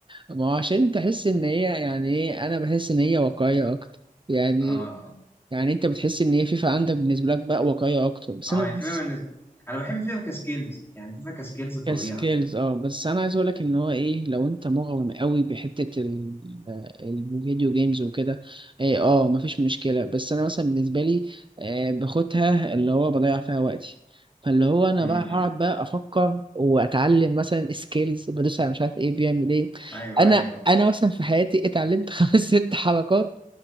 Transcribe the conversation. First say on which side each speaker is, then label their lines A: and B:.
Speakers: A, on the right; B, on the left.
A: ما هو عشان تحس إن هي يعني إيه أنا بحس إن هي واقعية أكتر يعني
B: اه
A: يعني أنت بتحس إن هي فيفا عندك بالنسبة لك بقى واقعية أكتر بس
B: اه
A: أنا بحس
B: يعني فيفا بالنسبة انا بحب فيفا كسكيلز يعني فيفا كسكيلز فظيعة
A: كسكيلز اه بس انا عايز اقولك ان هو ايه لو انت مغرم قوي بحته ال- آه، ال- الفيديو جيمز وكده ايه اه مفيش مشكله بس انا مثلا بالنسبه لي آه باخدها اللي هو بضيع فيها وقتي فاللي هو انا
B: امم
A: بقى هقعد بقى افكر واتعلم مثلا سكيلز بدوس على مش عارف ايه بيعمل ايه
B: ايوه
A: انا
B: ايوه
A: انا مثلا في حياتي اتعلمت <laughs> خمس ست حركات